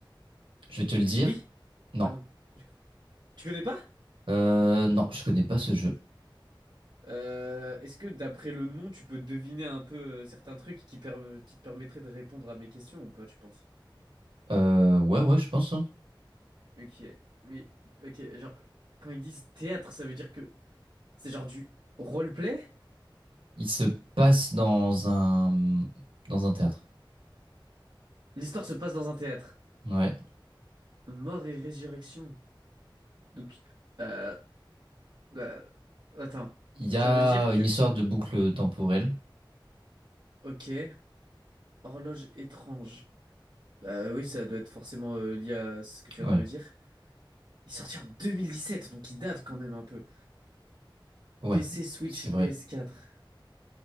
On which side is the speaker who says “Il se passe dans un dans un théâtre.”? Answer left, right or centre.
Right